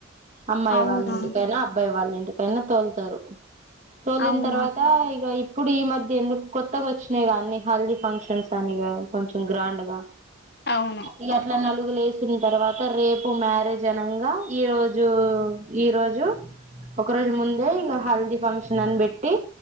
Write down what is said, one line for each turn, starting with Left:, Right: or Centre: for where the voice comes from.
Right: అమ్మాయి
Left: అవునా
Right: వాళ్ళ ఇంటికైనా అబ్బాయి వాళ్ళంటికైనా తోలుతారు తోలిిన
Left: అవునా
Right: తర్వాత ఈ ఇ ఇప్పుడు ఈ మధ్య ఎందుకు కొత్తగా వచ్చినాయి అన్ని హెల్దీ ఫంక్షన్స్ అని కొంచెం గ్రాండ్ గా
Left: అవును
Right: ఇక అట్లా నా పలుగులేసిన తర్వాత రేపు మ్యారేజ్ అనంగా ఈ రోజు ఈరోోజు ఒక రోజు ముందే ఈ హల్దిీ ఫంక్షన్ అన్ బట్టి